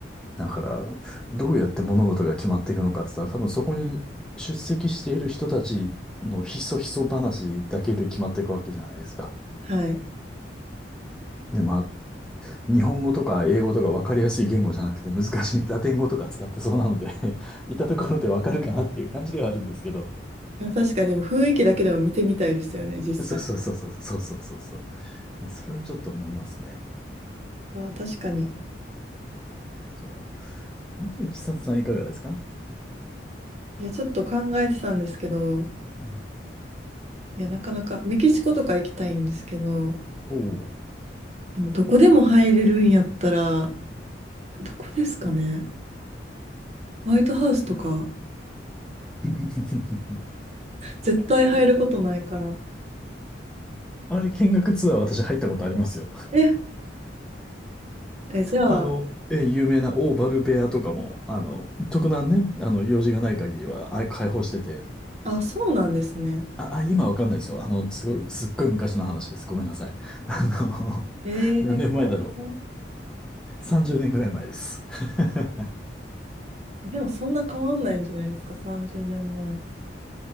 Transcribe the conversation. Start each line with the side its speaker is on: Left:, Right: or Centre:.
Centre: だから、どうやって物事が決まっていくのかって言ったら、多分そこに出席している人たちのひそひそ話だけで決まっていくわけじゃないですか。
Right: はい。い
Centre: で、まあ、日本語とか英語とか分かりやすい言語じゃなくて難しいラテン語とか使ってそうなので <laughs> いたところで分かるかなっていう感じではあるんですけど。
Right: や、確かに、でも雰囲気だけでも見てみたいですよね、実際の。
Centre: そうそうそうそうそうそうそうそう。まあそれはちょっと思いますね。
Right: ああ、確かに。
Centre: そう。で千さんいかがですか
Right: いや、ちょっと考えてたんですけど、
Centre: うん。
Right: いや、なかなか、メキシコとか行きたいんですけど、
Centre: おお
Right: でもどこでも入れるんやったら、どこですかね。ホワイトハウスとか、
Centre: ー。<laughs>
Right: 絶対入ることないから。
Centre: あれ、見学ツアー私入ったことありますよ。
Right: え、え、じゃあ、
Centre: あの、え、有名なオーバルベアとかも、あの、特段ね、あの、用事がない限りは、あ、開放してて、
Right: あ、そうなんですね。
Centre: あ、あ、今わかんないですよ。あの、すごい、すっごい昔の話です。ごめんなさい。<laughs> あの、
Right: えー、
Centre: <laughs> 何年前だろ
Right: いいな
Centre: う。30年ぐらい前です。<laughs>
Right: えでもそんな変わんないんじゃないですか、30年前。